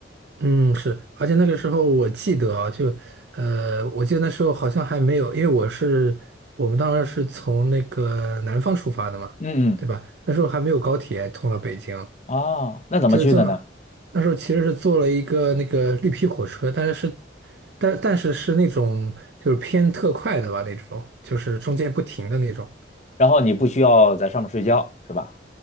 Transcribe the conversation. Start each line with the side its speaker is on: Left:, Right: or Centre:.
Right: 嗯，是，而且那个时候我记得啊，就，呃，我记得那时候好像还没有，因为我是我们当时是从那个南方出发的嘛，
Left: 嗯嗯
Right: 对吧？那时候还没有高铁通到北京，
Left: 哦，那怎么去的呢？
Right: 就是这么，那时候其实是坐了一个那个绿皮火车，但是但但是是那种就是偏特快的吧，那种就是中间不停的那种。
Left: 然后你不需要在上面睡觉是吧？